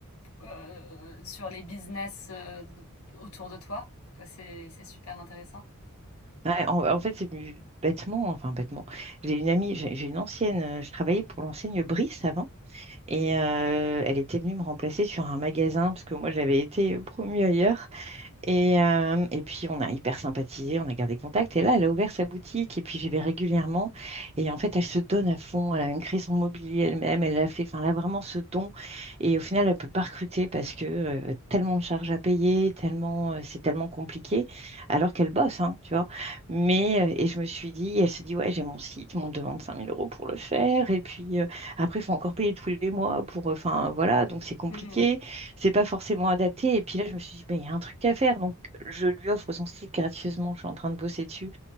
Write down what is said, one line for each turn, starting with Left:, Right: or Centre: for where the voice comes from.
Left: heu, sur les business, heu, d autour de toi, quoi, c'est c'est super intéressant.
Right: Ouais, en, en fait, c'est venu bêtement, enfin bêtement. J'ai une amie, j'ai j'ai une ancienne, euh, je travaillais pour l'enseigne Brice avant, et euh, elle était venue me remplacer sur un magasin, parce que moi j'avais été promue ailleurs. Et, euh, et puis, on a hyper sympathisé, on a gardé contact. Et là, elle a ouvert sa boutique et puis j'y vais régulièrement. Et en fait, elle se donne à fond. Elle a même créé son mobilier elle-même. Elle a fait, enfin, elle a vraiment ce don. Et au final, elle ne peut pas recruter parce que euh, tellement de charges à payer, tellement, euh, c'est tellement compliqué, alors qu'elle bosse, hein, tu vois. Mais, euh, et je me suis dit, elle se dit, ouais, j'ai mon site, mais on me demande 5000 euros pour le faire. Et puis, euh, après, il faut encore payer tous les mois pour, euh, enfin, voilà, donc c'est compliqué
Left: Mmh.
Right: c'est pas forcément adapté. Et puis là, je me suis dit, ben, il y a un truc à faire. Donc, je lui offre son site gracieusement. Je suis en train de bosser dessus.